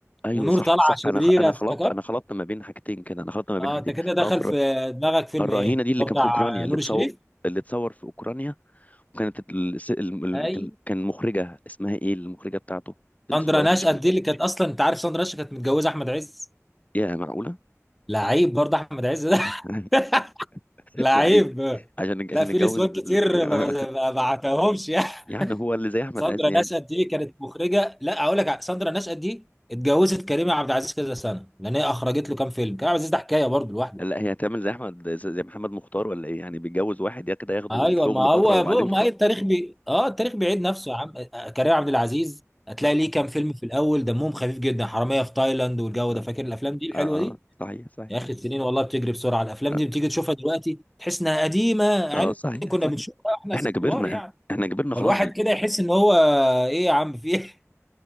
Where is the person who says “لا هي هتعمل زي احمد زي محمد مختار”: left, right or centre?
Left